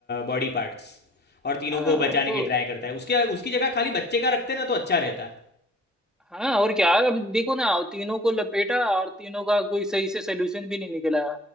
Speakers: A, on the left; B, in the centre.
A: बॉडी पार्ट्स और तीनों
B: हाँ
A: को बचाने
B: तो
A: की ट्राई करता है उसके उसकी जगह खाली बच्चे का रखते ना तो अच्छा रहता
B: हाँ और क्या अब देखो ना तीनों को लपेटा और तीनों का कोई सही से सोल्यूशन भी नहीं निकला